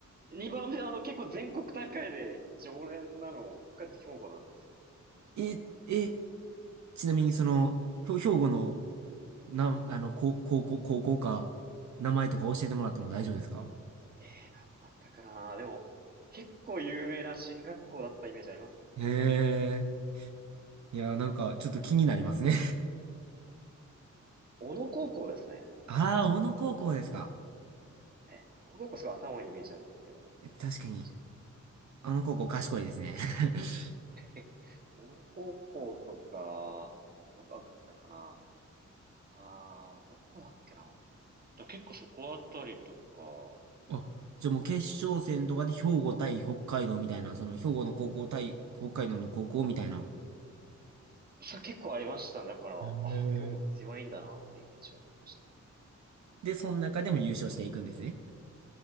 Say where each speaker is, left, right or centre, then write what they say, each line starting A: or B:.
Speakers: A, on the right; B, on the right.
A: 二番目は、あの、結構全国大会で常連なの、北海道と兵庫なんですよ、実は。
B: え、え、ちなみにその、ひょ兵庫の、な、あの、高高校、高校か、名前とか教えてもらっても大丈夫ですか
A: えー、なんだったかなでも、結構有名な進学校だったイメージありますけどね。
B: へえ、いや、なんか、ちょっと気になりますね。
A: 小野高校ですね。
B: <laughs> ああ、
A: そうだ。
B: 小野高校ですか。
A: ええ、小野高校すごい頭いいイメージあるんですけど。
B: え確かに、
A: 確
B: あの高校賢いですね。<laughs>
A: かに。<laughs> 小野高校とか、あとどこだったかなああー、どこだっけなでも結構そこあたりとか、
B: あ、じゃあもう決勝戦とかで兵庫対北海道みたいな、その兵庫の高校対北海道の高校みたいな。
A: さ、結構ありましたね。だから、
B: へえ。
A: ああ、兵庫強いんだなってイメージはありました。
B: で、その中でも優勝していくんですね。